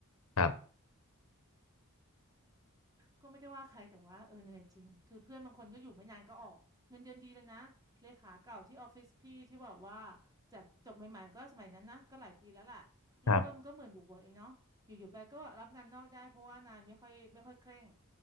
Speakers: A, on the left; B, on the right.
A: ครับ
B: ก็ไม่ได้ว่าใครแต่ว่าเออเหนื่อยจริงคือเพื่อนบางคนก็อยู่ไม่นานก็ออกเงินเดือนดีเลยนะเลขาเก่าที่ออฟฟิศพี่ที่บอกว่าจากจบใหม่ๆก็สมัยนั้นนะก็หลายปีแล้วล่ะเริ่มต้นมันก็หมื่นบวกๆเองเนาะอยู่ๆไปก็รับงานนอกได้เพราะว่านายไม่ค่อยไม่ค่อยเคร่ง
A: ครับ